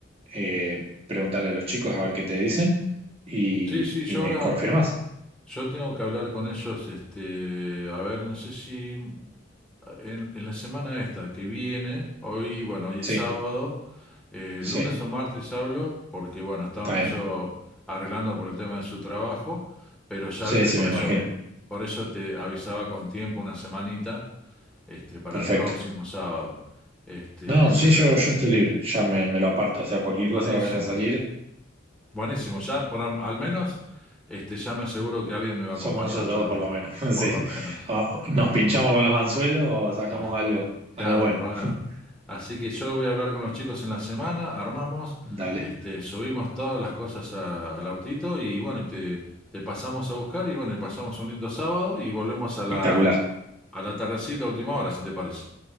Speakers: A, on the right; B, in the centre.
A: Eh, preguntarle a los chicos a ver qué te dicen y,
B: Sí, sí, yo
A: y me
B: ahora
A: confirmás.
B: yo tengo que hablar con ellos, este, a ver, no sé si En, en la semana esta que viene, hoy, bueno, hoy es
A: Sí,
B: sábado, eh,
A: sí,
B: lunes o martes hablo, porque bueno, estaban
A: está bien.
B: ellos arreglando por el tema de su trabajo, pero ya
A: Sí,
B: viste,
A: sí,
B: por
A: me imagino.
B: eso, por eso te avisaba con tiempo una semanita, este, para
A: Perfecto.
B: el próximo sábado. Este,
A: No, sí,
B: pero
A: yo, yo estoy libre. Ya me, me lo aparto. O sea, cualquier
B: buenísimo,
A: cosa que vaya a salir,
B: buenísimo. Ya, por, al menos, este, ya me aseguro que alguien me va
A: somos
B: a acompañar,
A: nosotros
B: por
A: dos
B: este,
A: por lo menos. <laughs>
B: por
A: Sí.
B: lo menos.
A: O nos pinchamos con los anzuelos o sacamos
B: Bueno,
A: algo,
B: <laughs> claro,
A: algo bueno.
B: por lo menos.
A: <laughs>
B: Así que yo voy a hablar con los chicos en la semana, armamos,
A: Dale,
B: este, subimos todas las cosas a- al autito y bueno, y te, te pasamos a buscar y bueno, y pasamos un lindo sábado y volvemos a
A: espectacular.
B: la, a la tardecita, última hora, si te parece.